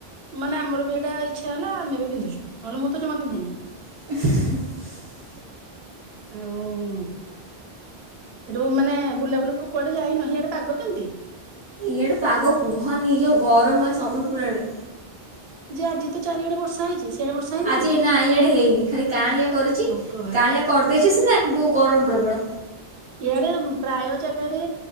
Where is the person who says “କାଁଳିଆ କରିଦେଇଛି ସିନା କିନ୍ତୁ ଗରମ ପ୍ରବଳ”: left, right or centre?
Right